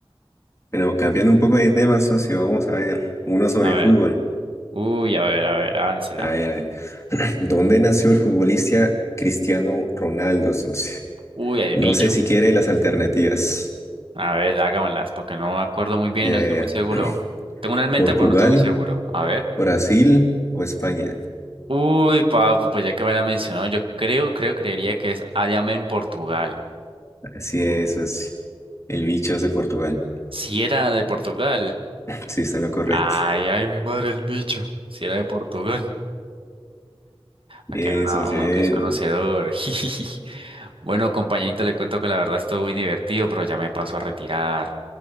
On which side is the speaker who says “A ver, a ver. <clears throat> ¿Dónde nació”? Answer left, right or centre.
Left